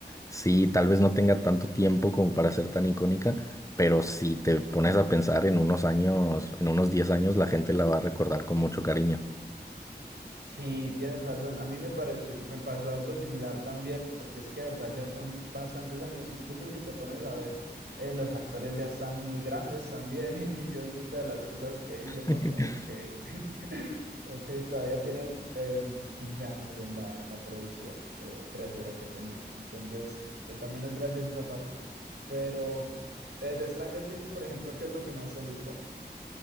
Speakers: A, on the left; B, on the right.
A: sí, tal vez no tenga tanto tiempo como para ser tan icónica, pero si te pones a pensar en unos años, en unos 10 años, la gente la va a recordar con mucho cariño.
B: Sí, tienes razón. A mí me pareció, me pasó algo similar también, porque es que de verdad ya son bastantes años. Incluso si te pones a ver, eh, los actores ya están muy grandes también, <laughs> y, que es muchas de las cosas que dicen,
A: <laughs>
B: ¿no? Como que, <laughs> ok, todavía tienen eh, 15 años en la, en la producción, o 13 era que tenían. Entonces, eh, también es gracias a esa parte. Pero eh, de Stranger Things, por ejemplo, ¿qué es lo que más te gusta?